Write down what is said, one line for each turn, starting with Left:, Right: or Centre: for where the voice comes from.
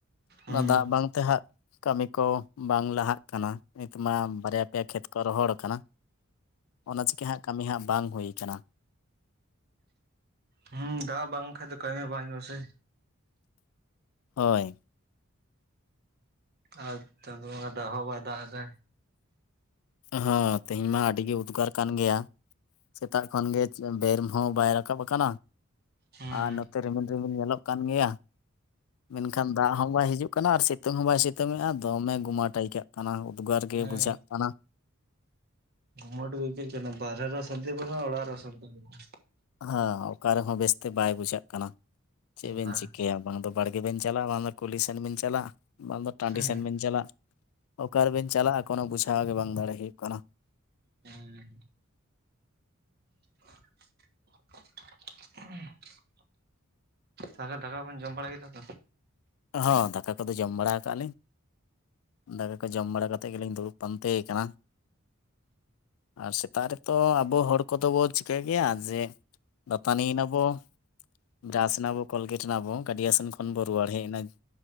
Right: ᱦᱩᱸ
Left: ᱚᱱᱟ ᱫᱟᱜ ᱵᱟᱝ ᱛᱮ ᱦᱟᱸᱜ ᱠᱟᱹᱢᱤ ᱠᱚ ᱵᱟᱝ ᱞᱟᱦᱟᱜ ᱠᱟᱱᱟ ᱱᱤᱛ ᱢᱟ ᱵᱟᱨᱭᱟ ᱯᱮᱭᱟ ᱠᱷᱮᱛ ᱠᱚ ᱨᱚᱦᱚᱲ ᱠᱟᱱᱟ᱾ ᱚᱱᱟ ᱪᱤᱠᱟᱹ ᱦᱟᱸᱜ ᱠᱟᱹᱢᱤ ᱦᱟᱸᱜ ᱵᱟᱝ ᱦᱩᱭᱠᱟᱱᱟ᱾
Right: ᱦᱩᱸ ᱫᱟᱜ ᱵᱟᱝᱠᱷᱟᱱᱡ ᱫᱚ ᱠᱟᱹᱢᱤ ᱵᱟᱝ ᱦᱩᱭᱩᱜᱼᱟ ᱥᱮ
Left: ᱦᱳᱭ᱾
Right: ᱟᱨ ᱪᱟᱸᱫᱳ ᱵᱚᱸᱜᱟ ᱫᱟᱜ ᱦᱚᱸ ᱵᱟᱭ ᱫᱟᱜ ᱮᱫᱫᱟ᱾
Left: ᱦᱮᱸ ᱛᱮᱦᱮᱧ ᱢᱟ ᱟᱹᱰᱤ ᱜᱮ ᱩᱫᱽᱜᱟᱨ ᱠᱟᱱ ᱜᱮᱭᱟ᱾ ᱥᱮᱛᱟᱜ ᱠᱷᱚᱱ ᱜᱮ ᱵᱮᱨ ᱦᱚᱸ ᱵᱟᱭ ᱨᱟᱠᱟᱵ ᱟᱠᱟᱱᱟ᱾
Right: ᱦᱩᱸ
Left: ᱟᱨ ᱱᱚᱛᱮ ᱨᱤᱢᱤᱞ ᱨᱤᱢᱤᱞ ᱧᱮᱞᱚᱜ ᱠᱟᱱ ᱜᱮᱭᱟ᱾ ᱢᱮᱱ ᱠᱷᱟᱱ ᱫᱟᱜ ᱦᱚᱸ ᱵᱟᱭ ᱦᱤᱡᱩᱜ ᱠᱟᱱᱟ ᱟᱨ ᱥᱤᱛᱩᱝ ᱦᱚᱸ ᱵᱟᱭ ᱥᱤᱛᱩᱝᱮᱜᱼᱟ ᱫᱚᱢᱮ ᱜᱩᱢᱟᱴᱭᱠᱟᱹᱜᱼᱟ ᱠᱟᱱᱟ ᱩᱫᱽᱜᱟᱹᱨ ᱜᱮ
Right: ᱦᱮᱸ
Left: ᱵᱩᱡᱷᱟᱜ ᱠᱟᱱᱟ᱾
Right: ᱜᱩᱢᱟᱸᱴ ᱜᱮ ᱟᱭᱠᱟᱹᱜ ᱠᱟᱱᱟ ᱵᱟᱨᱷᱮ ᱨᱮᱦᱚᱸ ᱥᱟᱱᱛᱤ ᱵᱱᱟᱜᱼᱟ ᱚᱲᱟᱜ ᱨᱮᱦᱚᱸ ᱥᱟᱱᱛᱤ ᱵᱟᱱᱩᱜᱼᱟ᱾
Left: ᱦᱮᱸ ᱚᱠᱟ ᱨᱮᱦᱚᱸ ᱵᱮᱥᱛᱮ ᱵᱟᱭ ᱵᱩᱡᱷᱟᱹᱜ ᱠᱟᱱᱟ ᱪᱮᱫ ᱵᱮᱱ
Right: ᱵᱟᱝ
Left: ᱪᱤᱠᱟᱹᱭᱟ ᱵᱟᱝ ᱫᱚ ᱵᱟᱲᱜᱮ ᱵᱮᱱ ᱪᱟᱞᱞᱟ ᱵᱟᱝ ᱫᱚ ᱠᱩᱞᱦᱤ ᱥᱮᱱ ᱵᱮᱱ ᱪᱟᱞᱟᱜ ᱵᱟᱝ ᱫᱚ ᱴᱟᱺᱰᱤ
Right: ᱦᱮᱸ
Left: ᱥᱮᱱ ᱵᱮᱱ ᱪᱟᱞᱟᱜᱼᱼ ᱚᱠᱟ ᱨᱮ ᱵᱮᱱ ᱪᱟᱞᱟᱜᱼᱟ ᱠᱳᱱᱳ ᱵᱩᱡᱷᱟᱣ ᱜᱮ ᱵᱟᱝ ᱫᱟᱲᱮ ᱦᱩᱭᱩᱜ ᱠᱟᱱᱟ᱾
Right: ᱦᱮᱸ ᱦᱩᱸ <unintelligible> ᱛᱟᱦᱚᱞᱮ ᱫᱟᱠᱟ ᱵᱮᱱ ᱡᱚᱢ ᱵᱟᱲᱟ ᱠᱮᱫᱟ ᱛᱚ
Left: ᱦᱚᱸ ᱫᱟᱠᱟ ᱠᱚᱫᱚ ᱡᱚᱢ ᱵᱟᱲᱟ ᱟᱠᱟᱜ ᱟᱹᱞᱤᱧ ᱫᱟᱠᱟ ᱠᱚ ᱡᱚᱢ ᱵᱟᱲᱟ ᱠᱟᱛᱮᱫ ᱜᱮᱞᱤᱧ ᱫᱩᱲᱩᱵ ᱯᱟᱱᱛᱮ ᱠᱟᱱᱟ ᱟᱨ ᱥᱮᱛᱟᱜ ᱨᱮᱛᱚ ᱟᱵᱚ ᱦᱚᱲ ᱠᱚᱫᱚ ᱵᱚ ᱪᱤᱠᱟᱹᱭ ᱜᱮᱭᱟ ᱡᱮ ᱫᱟᱹᱛᱟᱹᱱᱤ ᱮᱱᱟᱵᱚ ᱵᱨᱟᱥ ᱮᱱᱟᱵᱚ ᱠᱚᱞᱜᱮᱴ ᱮᱱᱟᱵᱚ ᱜᱟᱹᱰᱤᱭᱟ ᱥᱮᱱ ᱠᱷᱚᱱ ᱵᱚ ᱨᱩᱣᱟᱹᱲ ᱦᱮᱡ ᱮᱱᱟ